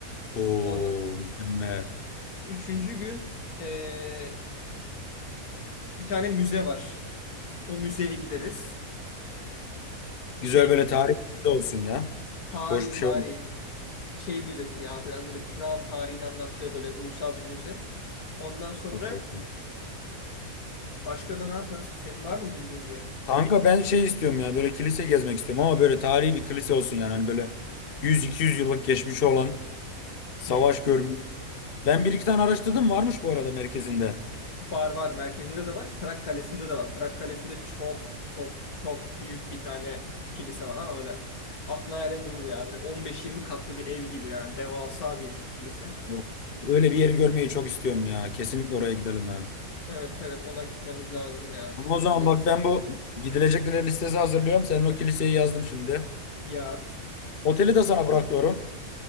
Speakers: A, on the left (about 40°); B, on the left (about 85°).
A: O
B: Onun
A: mükemmel.
B: üçüncü gün eee, bir tane müze var. O müzeye gideriz. Şeyde
A: Güzel böyle
B: yine.
A: tarih olsun ya.
B: Tarihi
A: Boş bir
B: tarihi.
A: şey
B: Şey müzesi ya biraz böyle Pırak'ın tarihini anlattığı böyle ulusal bir müze. Ondan sonra
A: olmasın.
B: başka da ne yaparız? Senin var mı bildiğin bir yer?
A: Kanka ben şey istiyorum ya böyle kilise gezmek istiyorum ama böyle tarihi bir kilise olsun yani hani böyle 100-200 yıllık geçmişi olan savaş
B: Hmm.
A: görmüş. Ben bir iki tane araştırdım varmış bu arada merkezinde.
B: Bar var. Merkezinde de var. Prag Kalesi'nde de var. Prag Kalesi'nde çok çok çok büyük bir tane kilise var ama böyle aklına hayalin durur ya. Böyle 15-20 katlı bir ev gibi yani. Devasa bir kilise.
A: Yok. Öyle bir yeri görmeyi çok istiyorum ya kesinlikle oraya gidelim ya.
B: Evet evet ona gitmemiz lazım ya.
A: Ama
B: Ona
A: O zaman
B: gideriz.
A: bak ben bu gidilecekler listesi hazırlıyorum senin o kiliseyi yazdım şimdi.
B: Yaz.
A: Oteli de sana bırakıyorum.